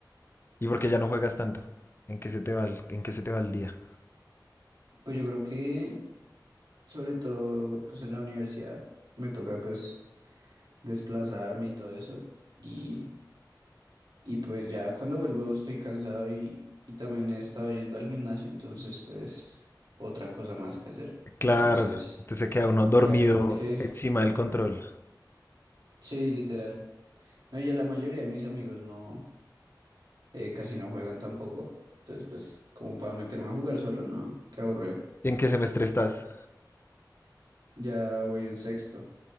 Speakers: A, on the left (about 30°); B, on the right (about 70°).
A: ¿Y por qué ya no juegas tanto? ¿En qué se te va el, en qué se te va el día?
B: Pues yo creo que sobre todo pues en la universidad me toca pues desplazarme y todo eso. Y, y pues ya cuando vuelvo estoy cansado y, y también he estado yendo al gimnasio, entonces pues otra cosa más que hacer.
A: Claro,
B: Entonces
A: entonces se queda uno dormido
B: ya como que
A: encima del control.
B: sí, literal. No, y ya la mayoría de mis amigos no. eh, casi no juegan tampoco. Entonces, pues, como para meterme a jugar solo, no, qué aburrido.
A: ¿En qué semestre estás?
B: Ya voy en sexto,